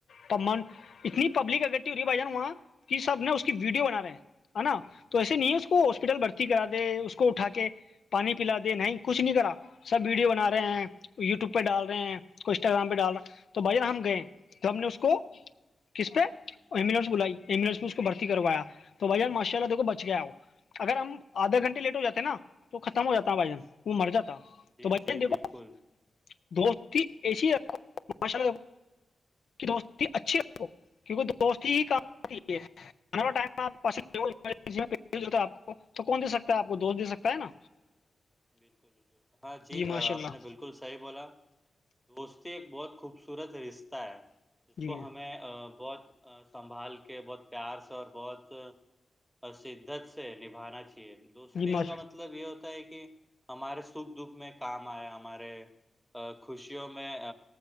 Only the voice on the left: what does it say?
تب من پ اتنی پبلک اگٹیو رہی بھائی جان وہاں کہ سب نے اس کی ویڈیو بنا رہے ہیں ہے نا تو ایسے نہیں ہے اس کو ہاسپٹل بھرتی کرا دے اس کو اٹھا کے پانی پلا دے نہیں کچھ نہیں کرا سب ویڈیو بنا رہے ہیں یوٹیوب پہ ڈال رہے ہیں کو انسٹاگرام پہ ڈال رہا تو بھائیانا ہم گئے تو ہم نے اس کو کس پہ ایمبولینس بلائی ایمبولینس میں اس کو بھرتی کروایا تو بھائیان ماشاء اللہ دیکھو بچ گیا ہو اگر ہم آھا گھنٹے لیٹ ہو جاتے نا تو ختم ہو جاتا بھ جن وہ مر جاتا
تو بھائی
جن دیکھو
دستی ایسے ماشء دوستی اچھی ہوگ کیونکہ دوستی ہی کام آتی ہے ہما ٹائم آپ کو تو کون دے سکتا ہے آپ کو دوست دے سکتا ہے نا
ماشاء اللہ
جی
جی ماش